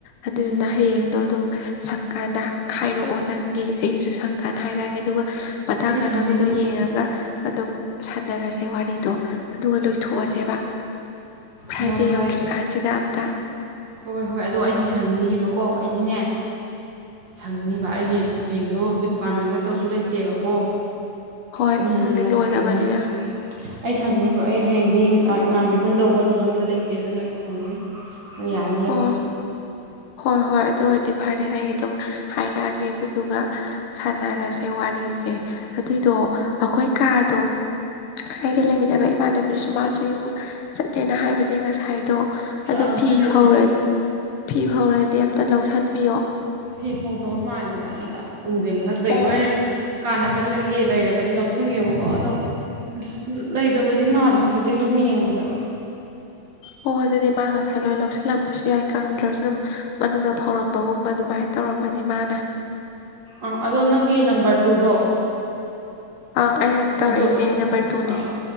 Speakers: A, on the left; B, on the right.
A: ꯑꯗꯨꯗꯨꯅ
B: ꯎꯝ
A: ꯍꯌꯦꯡꯗꯣ ꯑꯗꯨꯝ ꯁꯪꯀꯥꯟꯗ ꯍꯥꯏꯔꯛꯑꯣ ꯅꯪꯒꯤ ꯑꯩꯒꯤꯁꯨ ꯁꯪꯀꯥꯟꯗ ꯍꯥꯏꯔꯛꯑꯒꯦ ꯑꯗꯨꯒ ꯃꯇꯥꯡ
B: ꯑꯩꯗꯤ
A: ꯆꯥꯅꯕꯗꯨꯣ
B: ꯁꯪꯅꯤ ꯑꯗꯨꯝ
A: ꯌꯦꯡꯉꯒ ꯑꯗꯨꯝ ꯁꯥꯟꯅꯔꯁꯦ ꯋꯥꯔꯤꯗꯣ ꯑꯗꯨꯒ ꯂꯣꯏꯊꯣꯛꯑꯁꯦꯕ ꯐ꯭ꯔꯥꯏꯗꯦ
B: ꯍꯣꯏ
A: ꯌꯧꯗ꯭ꯔꯤꯀꯥꯟꯁꯤꯗ
B: ꯍꯣꯏ
A: ꯑꯝꯇ
B: ꯍꯣꯏ ꯍꯣꯏ ꯑꯗꯣ ꯑꯩꯗꯤ ꯁꯪꯅꯤꯕꯀꯣ ꯑꯩꯗꯤꯅꯦ ꯁꯪꯅꯤꯕ ꯑꯩꯒꯤ ꯍꯌꯦꯡꯗꯣ ꯗꯤꯄꯥꯔꯠꯃꯦꯟ ꯆꯠꯇꯧꯁꯨ ꯂꯩꯇꯦꯕꯀꯣ
A: ꯍꯣꯏ
B: ꯑꯗꯨꯅ
A: ꯅꯪꯗꯤ ꯂꯣꯏꯔꯕꯅꯤꯅ
B: ꯁꯪꯒꯅꯤ ꯑꯩ ꯁꯪꯅꯤ ꯑꯩ ꯍꯌꯦꯡꯗꯤ ꯏꯃꯥꯟꯗꯤ ꯄꯨꯟꯗꯧ ꯐꯣꯔ ꯊꯥꯎꯖꯟ ꯑꯇ ꯂꯩꯇꯦ ꯑꯗꯨꯅ ꯁꯪꯅꯤ ꯌꯥꯅꯤꯑꯕ
A: ꯑꯣ ꯍꯣꯏ ꯍꯣꯏ ꯑꯗꯨ ꯑꯣꯏꯔꯗꯤ ꯐꯔꯦ ꯑꯩ ꯑꯗꯨꯝ ꯍꯥꯏꯔꯛꯑꯒꯦ ꯑꯗꯨꯗꯨꯒ ꯁꯥꯟꯅꯔꯁꯦ ꯋꯥꯔꯤꯁꯦ ꯑꯗꯨꯏꯗꯣ ꯑꯩꯈꯣꯏ ꯀꯥꯗꯣ ꯑꯩꯒ ꯂꯩꯃꯤꯟꯅꯕ ꯏꯃꯥꯟꯅꯕꯤꯗꯨꯁꯨ ꯃꯥꯁꯨ ꯌꯨꯝ ꯆꯠꯂꯦꯅ ꯍꯥꯏꯕꯅꯦ ꯉꯁꯥꯏꯗꯣ ꯑꯗꯣ
B: ꯑꯪ
A: ꯐꯤ
B: ꯆꯠꯂꯦ
A: ꯐꯧꯔꯅꯤ
B: ꯆꯠꯂꯦ
A: ꯁꯤꯤ ꯐ ꯍꯧꯔꯗꯤ ꯑꯃꯝꯇ ꯂꯧꯁꯟ ꯆꯟꯕꯤꯌꯣ
B: ꯐꯤ ꯐꯥꯎꯗꯕ ꯃꯥꯜꯂꯦꯗ ꯑꯝꯇ ꯎꯗꯦ ꯃꯊꯛꯇꯒꯤ
A: ꯑꯣ
B: ꯍꯣꯔꯦꯟ ꯀꯥꯟꯅ ꯅꯥꯀꯟꯗꯒꯤ ꯑꯦ ꯂꯩꯔꯒꯗꯤ ꯂꯧꯁꯤꯟꯒꯦꯕꯀꯣ ꯑꯗꯣ ꯑꯁ ꯂꯩꯇꯕꯗꯤ ꯃꯥꯜꯂꯦ ꯍꯧꯖꯤꯛ ꯑꯗꯨꯝ ꯌꯦꯡꯕꯗ
A: ꯑꯣ ꯑꯗꯨꯗꯤ ꯃꯥ ꯉꯁꯥꯏ ꯂꯣꯏ ꯂꯧꯁꯤꯜꯂꯝꯕꯁꯨ ꯌꯥꯏ ꯀꯪꯗ꯭ꯔꯁꯨ ꯑꯗꯨꯝ ꯃꯅꯨꯡꯗ ꯐꯧꯔꯝꯕꯒꯨꯝꯕ ꯑꯗꯨꯃꯥꯏꯅ ꯇꯧꯔꯝꯕꯅꯤ ꯃꯥꯅ
B: ꯑꯥ ꯑꯗꯣ ꯅꯪꯒꯤ ꯅꯝꯕꯔ ꯇꯨꯗꯣ
A: ꯑꯪ ꯑꯩꯅ ꯍꯧꯖꯤꯛ ꯇꯧꯔꯛꯏꯁꯦ
B: ꯑ
A: ꯅꯝꯕꯔ ꯇꯨꯅꯦ
B: ꯑꯥ